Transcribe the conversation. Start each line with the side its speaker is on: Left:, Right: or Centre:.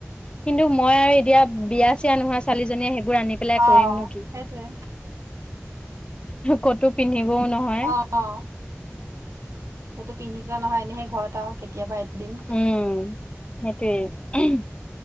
Left: কিন্তু মই আৰু এতিয়া বিয়া চিয়া নোহোৱা ছোৱালীজনীয়ে সেইবোৰ আনি পেলাই কৰিমনো
Right: অ',
Left: কি
Right: সেইটোৱে।
Left: ক'তো পিন্ধি ও, নহয়
Right: অ' অ' ক'তো পিন্ধি যোৱা নহয় এনেহে ঘৰত আৰু কেতিয়াবা এদিন।
Left: উম সেইটোৱে উম।